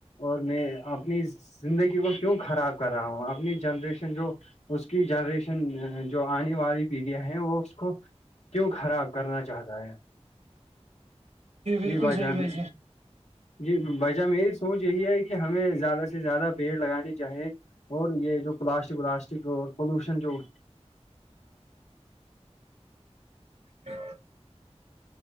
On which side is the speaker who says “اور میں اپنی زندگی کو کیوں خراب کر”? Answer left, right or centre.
Left